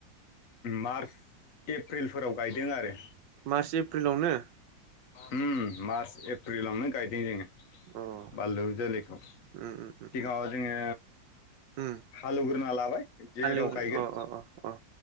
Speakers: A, on the left (about 55°); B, on the right (about 75°).
A: मार्च एप्रिलफोराव गायदों आरो
B: मार्स ए प्रिलावनो
A: उम मार्च एप्रिलावनो गायदों जोङो
B: अ उम
A: बानलु जोलैखौ
B: उम उम
A: सिगाङाव
B: उम
A: जोङो
B: उम
A: हालौग्रोना लाबाय जेराव
B: हालेवनो
A: गायगोन
B: अ अ अ अ